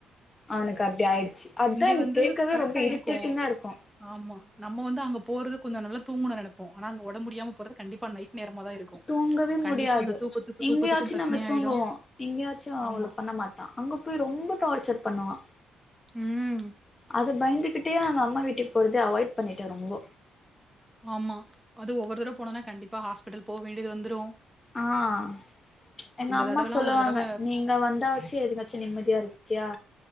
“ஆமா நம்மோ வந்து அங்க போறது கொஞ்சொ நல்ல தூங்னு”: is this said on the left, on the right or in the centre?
Centre